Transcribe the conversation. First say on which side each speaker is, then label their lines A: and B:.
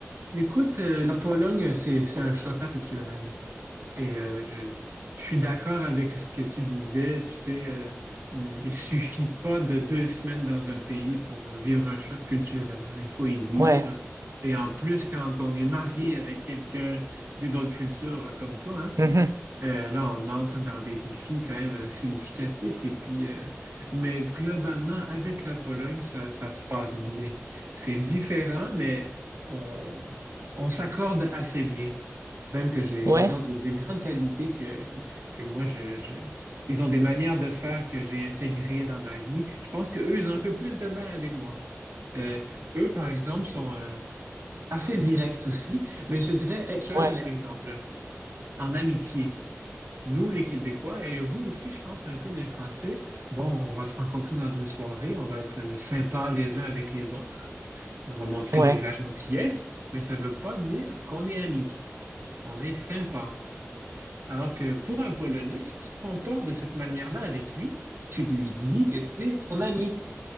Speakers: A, on the right; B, on the right.
A: écoute, euh, la Pologne, c'est, c'est un choc culturel. Et euh, je, je suis d'accord avec ce que tu disais. Tu sais, euh, hum, il suffit pas de deux semaines dans un pays pour euh, vivre un choc culturel. hein. Il faut y vivre.
B: Ouais.
A: Et en plus, quand on est marié avec quelqu'un d'une autre culture, hein, comme toi, hein,
B: Mhm.
A: euh, là, on entre dans des défis quand même euh, significatifs. Et puis, euh, mais globalement, avec la Pologne, ça, ça se passe bien. C'est différent, mais on, on s'accorde assez bien. Même que j'ai,
B: Ouais.
A: ils ont des, des grandes qualités que, que moi, je, je- ils ont des manières de faire que j'ai intégrées dans ma vie. Je pense qu'eux, ils ont un peu plus de mal avec moi. Euh, eux, par exemple, sont euh, assez directs aussi, mais je dirais, hey, je te donne
B: Ouais.
A: un exemple en amitié. Nous, les Québécois, et vous aussi, je pense un peu les Français, bon, on va se rencontrer dans une soirée, on va être euh, sympas les uns avec les autres, on va montrer
B: Ouais.
A: de, de la gentillesse, mais ça ne veut pas dire qu'on est amis, on est sympa. Alors que pour un Polonais, si tu te comportes de cette manière-là avec lui, tu lui dis que tu es son ami.